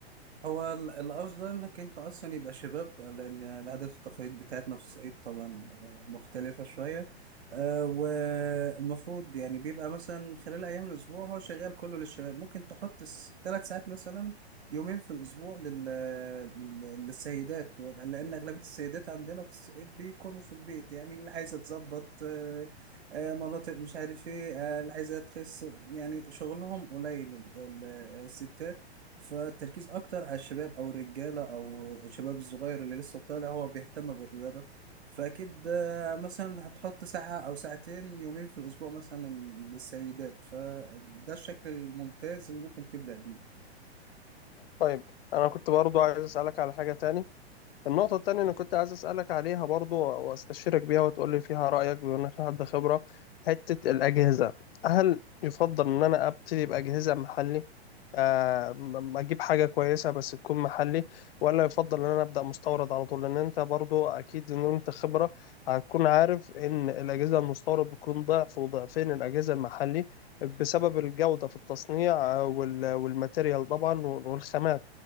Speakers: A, on the right (about 75°); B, on the left (about 60°).
A: هو ال- الأفضل إنك أنت أصلا يبقى شباب لأن العادات والتقاليد بتاعتنا في الصعيد طبعا آه، مختلفة شوية آه، والمفروض يعني بيبقى مثلا خلال أيام الأسبوع هو شغال كله للشباب ممكن تحط ثلاث ساعات مثلا يومين في الأسبوع لل... لل- للسيدات لأن أغلبية السيدات عندنا في الصعيد بيكونوا في البيت يعني اللي عايزة تظبط آه، آه، مناطق مش عارف إيه آه، اللي عايزة تخس يعني شغلهم قليل ال- ال- الستات فالتركيز اكتر على الشباب او الرجاله او الشباب الصغير اللي لسه طالع هو بيهتم بالرياضه فاكيد آه، مثلا هتحط ساعه او ساعتين يومين في الاسبوع مثلا للسيدات فده الشكل الممتاز اللي ممكن تبدا بيه
B: طيب انا كنت برضو عايز اسالك على حاجة تاني النقطة التانية اللي كنت عايز أسألك عليها برضو وأستشيرك بيها وتقولي فيها رأيك بما إنك حد خبرة حتة الأجهزة هل يفضل إن أنا أبتدي بأجهزة محلي آه، م- أجيب حاجة كويسة بس تكون محلي ولا يفضل إن أنا أبدأ مستورد على طول لأن أنت برضو أكيد إن أنت خبرة هتكون عارف إن الأجهزة المستورد بتكون ضعف وضعفين الأجهزة المحلي بسبب الجودة في التصنيع آه، وال- والماتيريال طبعا والخامات